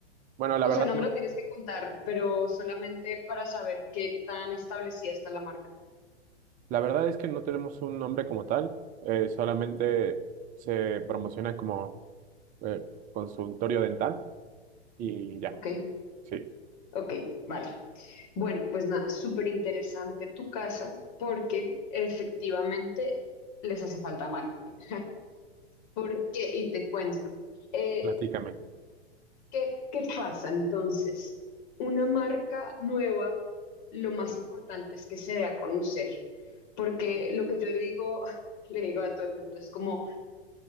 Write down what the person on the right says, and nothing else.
bueno, la
verdad,
no-
la verdad es que no tenemos un nombre como tal, eh, solamente se promociona como eh, consultorio dental y ya,
sí,
platícame.